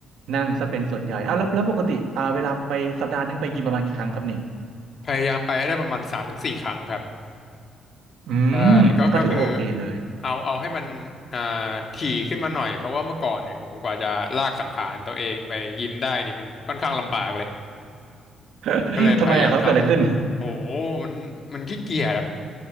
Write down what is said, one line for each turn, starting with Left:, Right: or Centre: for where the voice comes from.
Right: นั่งซะเป็นส่วนใหญ่อ่ะแล้วแล้วปกติอ่าเวลาไปสัปดาห์นึงไปยิมประมาณกี่ครั้งครับเนี่ย
Left: พยายามไปให้ได้ประมาณสามถึงสี่ครั้งครับ
Right: อืมก็ถือว่าโอเคเลย
Left: ใช่ก็ก็คือเอาเอาให้มันอ่าถี่ขึ้นมาหน่อยเพราะว่าเมื่อก่อนเนี่ยโหกว่าจะลากสังขารตัวเองไปยิมได้นี่มันค่อนข้างลำบากเลย
Right: <laughs>
Left: ก็เลยพยายามมทำโอ้โหมันมันขี้เกียจอะ
Right: ทำไมอะครับเกิดอะไรขึ้น